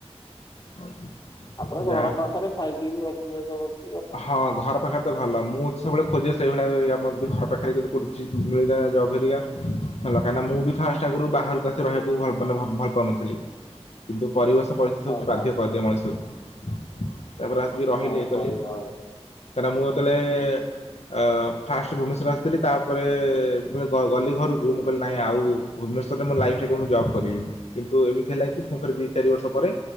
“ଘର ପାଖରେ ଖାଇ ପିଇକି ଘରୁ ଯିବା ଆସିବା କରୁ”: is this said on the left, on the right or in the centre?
Left